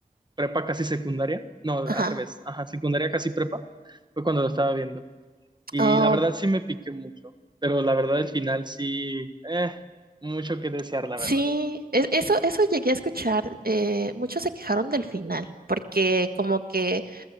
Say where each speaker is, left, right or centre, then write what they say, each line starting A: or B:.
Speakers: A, on the right (about 30°); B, on the right (about 80°).
A: prepa casi secundaria, no,
B: Ajá.
A: al revés, ajá, secundaria casi prepa, fue cuando lo estaba viendo. Y
B: Oh,
A: la verdad sí me piqué mucho, pero la verdad el final sí, eh, mucho que desear, la
B: sí,
A: verdad.
B: e- eso, eso llegué a escuchar. eh, muchos se quejaron del final, porque como que